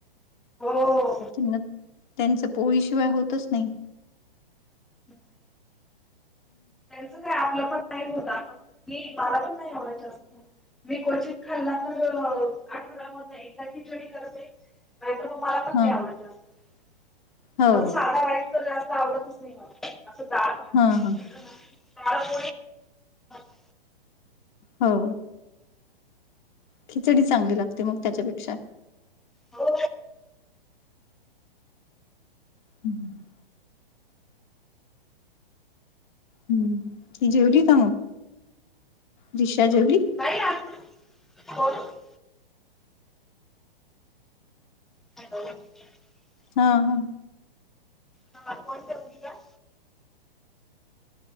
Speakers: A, in the centre; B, on the left.
A: हो.
B: की न त्यांचं पोळीशिवाय होतच नाही.
A: <unintelligible> त्यांच काय आप
B: <unintelligible>
A: तर आपण मला पण नाही एवढं जास्त माहित मी क्वचीत खाल्ला तर आठवड्यामधन एकदा खिचडी करते नाही तर मग मला पण
B: हा
A: नाही आवडत जास्त
B: हो
A: अस साधा वाईट तर जास्त आवडतच नाही मला असं डाळ भात
B: हा हा
A: <unintelligible>
B: हो. खिचडी चांगली लागते मग त्याच्यापेक्षा
A: हो.
B: हम्म हम्म ती जेवली का मग दिक्षा जेवली
A: नाही अजून <unintelligible>
B: हा हा
A: हा कोण जेवली का?